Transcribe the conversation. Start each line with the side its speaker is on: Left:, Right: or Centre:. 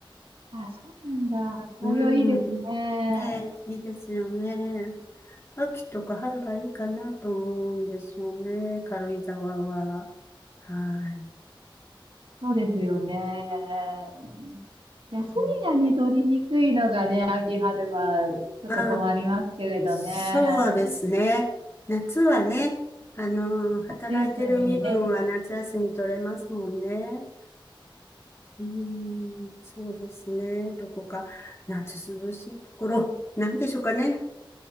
Right: あ、そうなんだ。紅葉いいですね。
Left: うん。ねえ、いいですよね。秋とか春がいいかなと思うんですよね。軽井沢は。はい。
Right: そうですよね。休みがね、
Left: うん
Right: 取りにくいのがね、秋春はちょっと困りますけれどね。
Left: あ、そうですね。夏はね、あの、働いてる身分は夏休み取れますもんね。
Right: 夏休みにね、
Left: うーん、そうですね。どこか、夏涼しいところ、<laughs> なんでしょうかね。